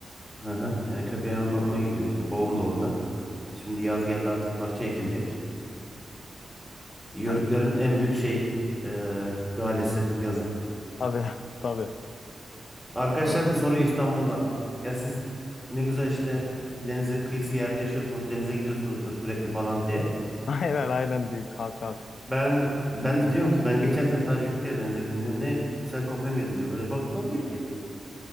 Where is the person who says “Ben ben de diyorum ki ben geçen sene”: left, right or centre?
Centre